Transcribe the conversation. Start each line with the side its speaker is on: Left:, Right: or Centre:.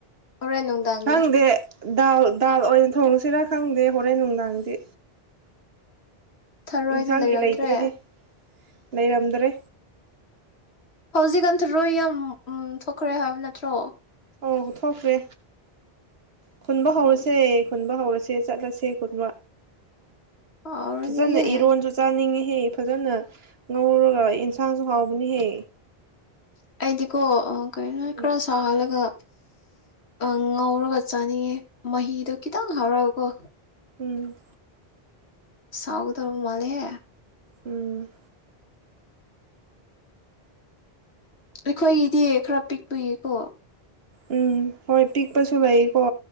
Left: ꯍꯣꯔꯦꯟ ꯅꯨꯡꯗꯥꯡꯒꯤ
Right: ꯈꯪꯗꯦ ꯗꯥꯜ ꯗꯥꯜ ꯑꯣꯏꯅ ꯊꯣꯡꯁꯤꯔꯥ ꯈꯪꯗꯦ ꯍꯣꯔꯦꯟ ꯅꯨꯡꯗꯥꯡꯗꯤ
Left: ꯊꯔꯣꯏꯗꯨ
Right: ꯏꯟꯁꯥꯡꯒꯤ
Left: ꯂꯩꯔꯝꯗ꯭ꯔꯦ
Right: ꯂꯩꯇ꯭ꯔꯦꯍꯦ ꯂꯩꯔꯝꯗ꯭ꯔꯦ
Left: ꯍꯧꯖꯤꯛꯀꯟ ꯊꯔꯣꯏ ꯌꯥꯝ ꯎ ꯊꯣꯛꯈ꯭ꯔꯦ ꯍꯥꯏꯕ ꯅꯠꯇ꯭ꯔꯣ
Right: ꯑꯣ ꯊꯣꯛꯈ꯭ꯔꯦ ꯈꯨꯟꯕ
Left: ꯎꯝ
Right: ꯍꯧꯔꯨꯁꯦ ꯈꯨꯟꯕ ꯍꯧꯔꯁꯦ ꯆꯠꯂꯁꯦ ꯀꯟꯃ
Left: ꯍꯥꯎꯔꯅꯤꯍꯦ
Right: ꯐꯖꯅ ꯏꯔꯣꯟꯁꯨ ꯆꯥꯅꯤꯡꯉꯤ ꯍꯦ ꯐꯖꯅ ꯉꯧꯔꯒ ꯌꯦꯟꯁꯥꯡꯁꯨ ꯍꯥꯎꯕꯅꯤꯍꯦ
Left: ꯑꯩꯗꯤꯀꯣ ꯥꯀꯩꯅ‌ꯣ
Right: ꯎꯝ
Left: ꯏꯈꯔ ꯁꯍꯜꯂꯒ ꯑ ꯉꯧꯔꯒ ꯆꯥꯅꯤꯡꯉꯦ ꯃꯍꯤꯗꯣ ꯈꯤꯇꯪ ꯍꯧꯔꯛ ꯒꯀꯣ
Right: ꯎꯝ
Left: ꯁꯥꯎꯒꯗꯔ ꯃꯥꯜꯂꯦꯍꯦ
Right: ꯎꯝ
Left: ꯑꯩꯈꯣꯏꯒꯤꯗꯤ ꯈꯔ ꯄꯤꯛꯄꯒꯤꯀꯣ
Right: ꯎꯝ ꯍꯣꯏ ꯄꯤꯛꯄꯁꯨ ꯂꯩꯀꯣ